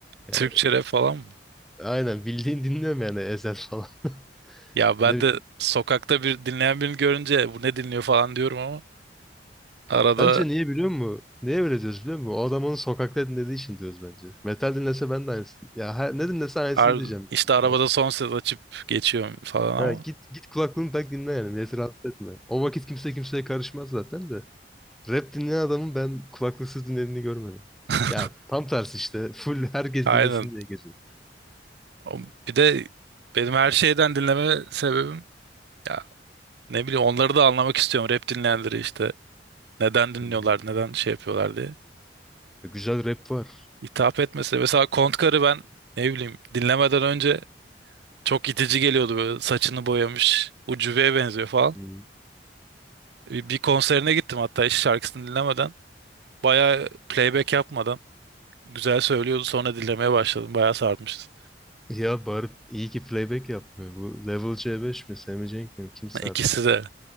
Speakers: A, in the centre; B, on the right.
A: Yani
B: Türkçe rap falan mı?
A: aynen bildiğin dinliyorum yani Ezel falan. <laughs>
B: Ya ben
A: Ne bileyim.
B: de sokakta bir dinleyen birini görünce bu ne dinliyor falan diyorum ama arada
A: Bence niye biliyor musun? Niye öyle diyoruz biliyor musun? O adam onu sokakta dinlediği için diyoruz bence. Metal dinlese ben de aynısını. Ya her- ne dinlese aynısını
B: ar-
A: diyeceğim. büyük
B: işte
A: ihtimal.
B: arabada son ses açıp geçiyorum falan ama
A: Ha, git git kulaklığını tak dinle yani. Milleti rahatsız etme. O vakit kimse kimseye karışmaz zaten de. Rap dinleyen adamın ben kulaklıksız dinlediğini görmedim.
B: <laughs>
A: Ya tam tersi işte. <laughs> Full herkes
B: Aynen.
A: dinlesin diye geziyor.
B: O- Bir de benim her şeyden dinleme sebebim ya ne bileyim onları da anlamak istiyorum rap dinleyenleri işte. Neden dinliyorlar,
A: Hı.
B: neden şey yapıyorlar diye.
A: Güzel rap var.
B: hitap etmesi. Mesela Kontkar'ı ben ne bileyim dinlemeden önce çok itici geliyordu böyle saçını boyamış, ucubeye benziyor falan.
A: Hı.
B: Bir bir konserine gittim hatta hiç şarkısını dinlemeden. Bayağı playback yapmadan güzel söylüyordu sonra dinlemeye başladım. Bayağı sarmıştı.
A: Ya bağırıp iyi ki playback yapmıyor. Bu Level C5 mi, Sammy Cenk mi? Kimse
B: İkisi
A: artık.
B: de.